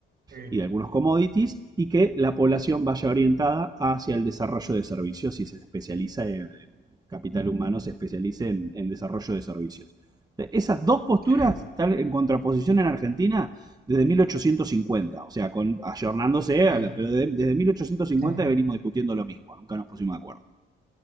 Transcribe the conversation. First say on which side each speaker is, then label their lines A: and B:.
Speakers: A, on the right; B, on the right.
A: sí,
B: y de algunos commodities, y que la población vaya orientada hacia el desarrollo de servicios y se especializa en, en capital humano, se especialice en, en desarrollo de servicios. Esas dos posturas
A: sí,
B: están en contraposición en Argentina desde 1850, o sea, con, ayornándose,
A: ok,
B: a la, pero de- desde 1850
A: mm,
B: venimos discutiendo lo mismo, nunca nos pusimos de acuerdo.